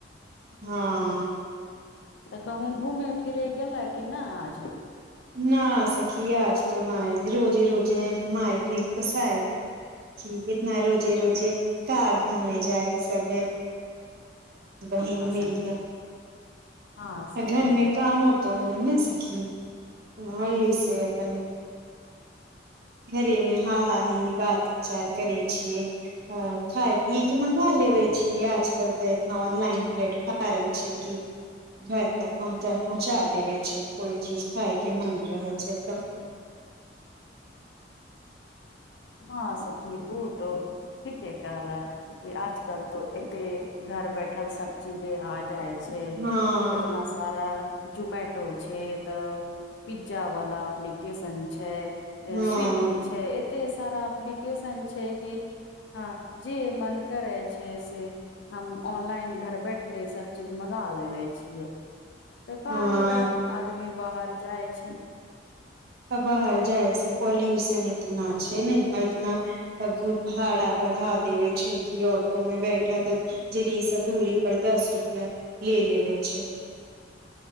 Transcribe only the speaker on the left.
तऽ कहूँ घुमे फिरे गेलै कि नऽ आज
हँ
सखी
हँ
सखी
हँ सखी ऊ तो ठीके कहलऽ की आजकल तो एते घर बैठल सब चीजे आ जाइ छै
एतना सारा जोमेटो छै तऽ पिज्जा वाला एप्लिकेशन छै
स्विगी छै एते सारा एप्लिकेशन छै कि हँ जे मन करै छै से हम ऑनलाइन घर बैठले सब चीज मगा लेबै छियै तऽ काहे
लग आदमी बाहर जाइ छै